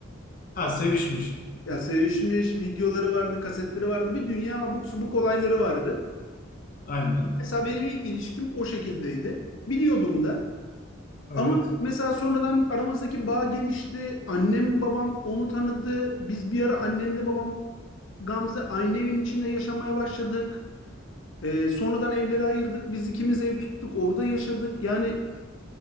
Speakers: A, on the left (about 45°); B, on the left (about 70°).
A: Ha sevişmiş.
B: Ya sevişmiş videoları vardı, kasetleri vardı. Bir dünya abuk subuk olayları vardı.
A: Aynen.
B: Mesela benim ilk ilişkim o şekildeydi. Biliyordum da.
A: Evet.
B: Ama mesela sonradan aramızdaki bağ gelişti. Annem babam onu tanıdı. Biz bir ara annemle babam Gamze aynı evin içinde yaşamaya başladık. Ee, sonradan evleri ayırdık. Biz ikimiz ev tuttuk. Orada yaşadık. Yani